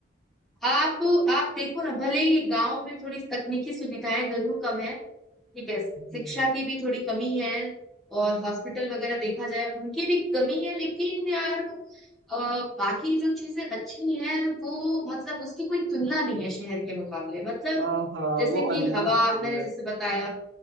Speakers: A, in the centre; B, on the right.
A: आप आप देखो ना भले ही गांव में थोड़ी तकनीकी सुविधाएं जरूर कम है ठीक है शिक्षा
B: हम्म, हम्म।
A: की भी थोड़ी कमी है और हॉस्पिटल वगैरह देखा जाए उनकी भी कमी है लेकिन यार अ, बाकी जो चीजें अच्छी हैं वो मतलब उसकी कोई तुलना नहीं है शहर के मुकाबले मतलब
B: हाँ हाँ
A: जैसे
B: वो
A: कि
B: अनमोल
A: हवा
B: चीज
A: मैंने
B: है
A: जैसे बताया